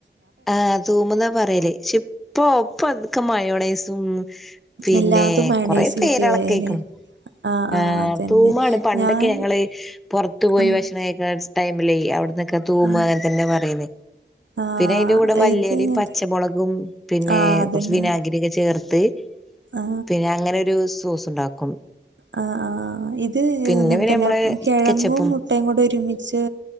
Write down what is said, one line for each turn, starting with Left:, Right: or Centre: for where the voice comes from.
Centre: ആഹ് തൂമ് ന്നാ പറയലേ പക്ഷെ ഇപ്പൊപ്പൊ അതക്കെ മയോണൈസും പിന്നെ
Right: എല്ലാതും മയണൈസിലേക്ക്
Centre: കൊറെ പേരളക്കെയിക്കണം
Right: വേയില്ലേ ആ
Centre: ആഹ്
Right: ആ അതന്നെ
Centre: തൂമാണ് പണ്ടൊക്കെ
Right: ഞാൻ
Centre: ഞങ്ങള് പൊർത്ത് ത്തു പോയി
Right: ആ
Centre: ഭക്ഷണം കഴിക്കണ ടൈമിലായി അവിടന്നൊക്കെ തൂമ്
Right: ആ
Centre: അങ്ങനൊതന്നെ പറയല്
Right: ആ
Centre: പിന്നെ അയിന്റെ കൂടെ മല്ലയിലേം
Right: ഇത് ഇങ്ങനത്തെ
Centre: പച്ചമുളകും പിന്നെ
Right: ആ അതന്നെ
Centre: കുറച്ച് വിനാഗിരി ഒക്കെ ചേർത്ത്
Right: ആ
Centre: പിന്നെ അങ്ങനെ ഒരു സോസ് ഉണ്ടാക്കും
Right: ആഹ് ആഹ് ഇത് ഇങ്ങനെ
Centre: പിന്നെ പിന്നെ
Right: തന്നെ
Centre: നമ്മള്
Right: കിഴങ്ങും
Centre: കെച്ചപ്പും
Right: മുട്ടയും കൂടെ ഒരുമിച്ച്